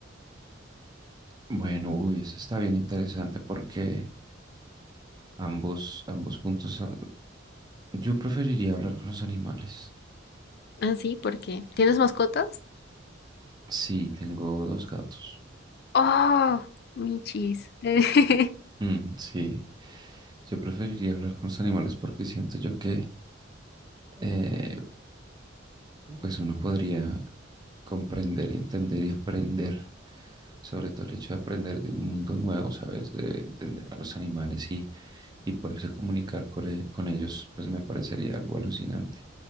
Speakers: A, on the right (about 20°); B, on the left (about 55°).
A: Bueno, uy, eso está bien interesante porque ambos, ambos puntos, ah, yo preferiría hablar con los animales.
B: Ah, sí, ¿por qué? ¿Tienes mascotas?
A: Sí, tengo dos gatos.
B: ¡Oh! Michis. <laughs>
A: Mm, sí, yo preferiría hablar con los animales porque siento yo que eh, pues uno podría comprender y entender y aprender, sobre todo el hecho de aprender de un mundo nuevo, ¿sabes? De entender a los animales y, y poderse comunicar con, e- con ellos, pues me parecería algo alucinante.